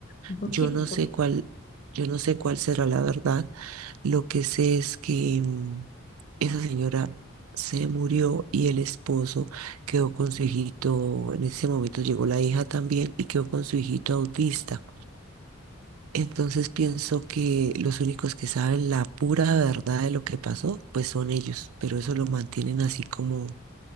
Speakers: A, on the left; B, on the right.
A: Un poquito,
B: Yo no
A: un poquito.
B: sé cuál, yo no sé cuál será la verdad. Lo que sé es que mm, esa señora se murió y el esposo quedó con su hijito. En ese momento llegó la hija también y quedó con su hijito autista. Entonces pienso que los únicos que saben la pura verdad de lo que pasó, pues son ellos, pero eso lo mantienen así como,